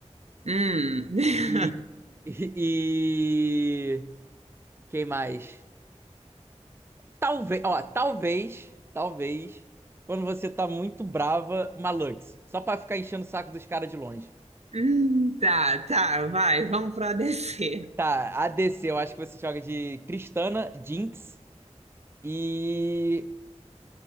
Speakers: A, on the right; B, on the right.
A: Hum.
B: E,
A: <laughs>
B: e, Quem mais? Talvez, ó, talvez, talvez, quando você tá muito brava, uma Lux. Só pra ficar enchendo o saco dos caras de longe.
A: Hum, tá, tá, vai, vamos pro ADC.
B: Tá, ADC, eu acho que você joga de Tristana, Jinx e.